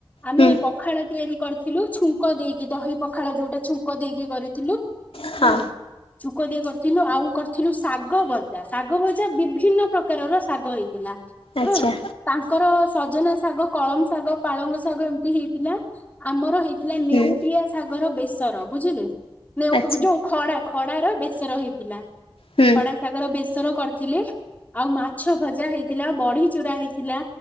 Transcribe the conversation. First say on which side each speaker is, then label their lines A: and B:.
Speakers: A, on the left (about 15°); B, on the left (about 85°).
A: ଆମେ
B: ହୁଁ
A: ପଖାଳ ତିଆରି କରି ଥିଲୁ, ଛୁଙ୍କ ଦେଇକି ଦହି ପଖାଳ ଯୋଉଟା ଛୁଙ୍କ ଦେଇକି କରିଥିଲୁ,
B: ହଁ
A: ହୁଁ। ଛୁକ ଦେଇ କରିଥିଲୁ, ଆଉ କରିଥିଲୁ ଶାଗ ଭଜା ଶାଗ ଭଜା ବିଭିନ୍ନ ପ୍ରକାରର ଶାଗ ହେଇଥିଲା।
B: ଆଛା।
A: ହୁଁ ତାଙ୍କର ସଜନା ଶାଗ, କଳମ ଶାଗ, ପାଳଙ୍ଗ ଶାଗ, ଏମିତି ହେଇଥିଲା। ଆମର ହେଇଥିଲା ନେଉଟିଆ
B: ହୁଁ
A: ସାଗର ବେସର ବୁଝିଲେ, ନେଉ
B: ଆଚ୍ଛା
A: ଯୋଉ ଖଡା ଖଡାର ବେସର ହେଇଥିଲା
B: ହୁଁ
A: ଖଡ଼ା ଶାଗ ର ବେସର କରିଥିଲେ, ଆଉ ମାଛ ଭଜା ହେଇଥିଲା, ବଢି ଚୁରା ହେଇଥିଲା।